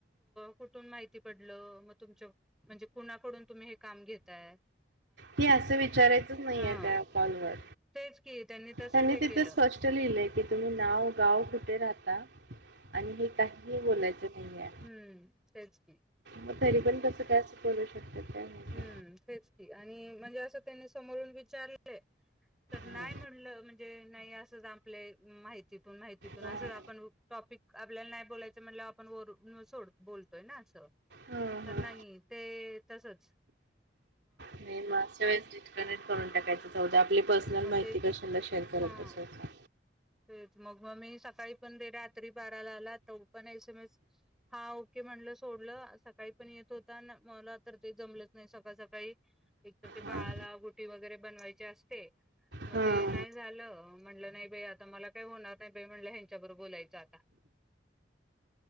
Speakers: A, in the centre; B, on the right (about 75°).
A: कुठून माहिती पडलं. मग तुमच्या म्हणजे कुणाकडून तुम्ही हे काम घेताय.
B: हे असं विचारायचच नाही
A: हा
B: ये त्या कॉलवर
A: तेच की तसच
B: त्यांनी
A: हे
B: तिथे
A: केलं
B: स्पष्ट लिहिलंय की तुम्ही नाव गाव कुठे राहता आणि हे काहीही बोलयचें नाहीये.
A: हम्म तेच की
B: मग तरी पण कसं काय करू शकतात. काय माहिती?
A: हुं तेच की आणि म्हणजे असं त्यांनी समोरून विचारलेलय तर नाही
B: हो.
A: म्हणलं म्हणजे नाय असं आपले माहितीत तुन माहितीतून
B: हां.
A: असं आपण टॉपिक आपल्याला नाय बोलायचं म्हणल्यावर आपण वरू सोड बोलतोय ना असं
B: हां,
A: तर
B: हां.
A: नाही ते तसंच
B: नाही मग अशा वेळेस डिकनेक्ट करून टाकायचं जाऊद्या आपली पर्सनल
A: मग
B: माहिती
A: ते
B: कशा शेअर करत
A: हा
B: बसायचं.
A: तेच मग म मी सकाळी पण दे रात्री बाराला आला तर पण एस एम एस हा ओके म्हणलं सोडलं सकाळी पण येत होता मला तर ते जमलंच नाही सकाळ सकाळी एकतर ते
B: हां,
A: बाळाला गुटी वगैरे बनवायची असते मग
B: हां.
A: ते नाही झालं म्हटलं नाही बाई आ मला काही होणार नाही बा म्हणलं हच्याबरोबर बोलायचं आता